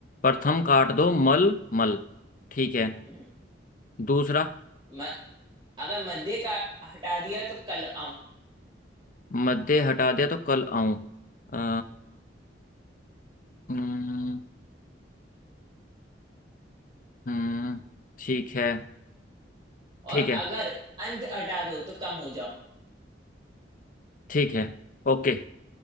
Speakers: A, on the left (about 45°); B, on the right (about 30°).
A: प्रथम काट दो मल मल ठीक है
B: हम्म,
A: दूसरा
B: म, अगर मध्य का हटा दिया तो कल आऊं
A: मध्य हटा दिया तो कल आऊं अ, हम्म हम्म, ठीक है ठीक
B: और
A: है
B: अगर अंत हटा दो तो कम हो जाऊं
A: ठीक है ओके